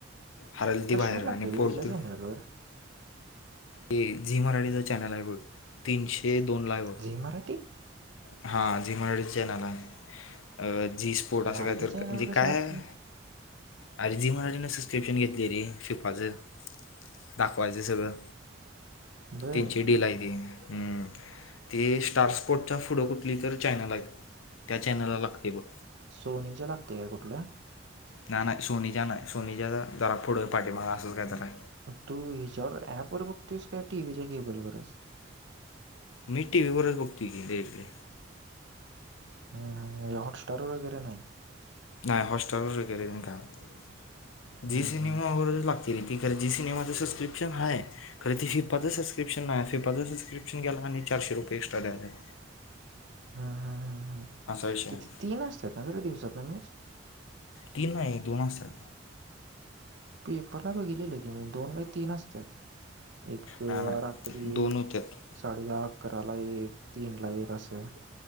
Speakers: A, on the left; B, on the right.
A: हारलती
B: कशावर
A: बाहेर
B: लागते
A: आणि
B: ते
A: पोर्तू
B: कुठल्या चॅनलवर
A: ये झी मराठीचा चॅनल हाय बग तीनशे दोन ला हाय बग.
B: झी मराठी
A: हा झी मराठीच चॅनेल हाय अ जी स्पोर्ट असं
B: मराठी
A: काय तर
B: चॅनलवर
A: म्हणजे
B: कसं
A: काय.
B: लागते
A: अरे जी मराठीन सबस्क्रिप्शन घेतलय रे फिपाचं दाखवायचं सगळं.
B: बर
A: तीनची डी लाय ती हम्म. ते स्टार स्पोर्टचा फुड कुठली तर चॅनल हायित त्या चॅनलला लागतय बघ.
B: सोनीच्या लागतय काय कुठल्या?
A: ना नाही सोनीच्या नाही सोनीच्या जरा पुढं पाठीमाग असंच काय तरा हाय.
B: तू हीजावर अँप वर बगतेस का टी व्हीच्या केबलवरच?
A: मी टी व्ही वरच बघतो की नेहमी.
B: हं हं म्हणजे हॉटस्टार वगैरे नाही.
A: नाही हॉटस्टारवर वगैरे नाई काय
B: नाही
A: जी सिनेमा वरच लाग ती रे ती खरं जी सिनेमाचं सबस्क्रीप्शन हाय खर ती फिफा सबस्क्रीप्शन नाय फिफा च सबस्क्रिप्शन घ्यायला आणि चारशे रुपये एक्स्ट्रा द्यायला पाहिजे.
B: हा हा हा हा
A: विषय
B: किती
A: आहे
B: तीन असत्यात ना रे दिवसातन मॅच?
A: तीन नाही दोन असतात.
B: पेपरला बघितलेल की मी दोन का तीन असत्यात. एक
A: नाही नाही
B: राात्री
A: दोन होत्यात
B: साडे दहा अकरा ला एक तीन ला एक असं.